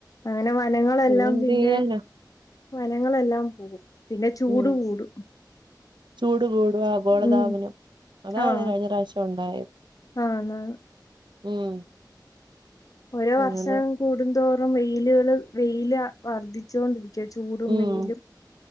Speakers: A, on the left (about 50°); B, on the right (about 80°).
A: അങ്ങനെ വനങ്ങളെല്ലാം
B: പിന്നെന്ത്
A: പിന്നെ
B: ചെയ്യാനാ
A: വനങ്ങളെല്ലാം പോകും പിന്നെ ചൂട്
B: ഉം
A: കൂടും
B: ചൂട് കൂടും ആഗോളതാപനം
A: ഉം
B: അതാണ്
A: ആഹ്
B: കഴിഞ്ഞ പ്രാവശ്യം ഉണ്ടായെ
A: ആന്ന്
B: ഉം
A: ഓരോ വർഷം
B: അങ്ങനെ
A: കൂടുന്തോറും വെയിലുകള് വെയില് വർധിച്ചോണ്ടിരിക്കും ചൂടും
B: ഉം
A: വെയിലും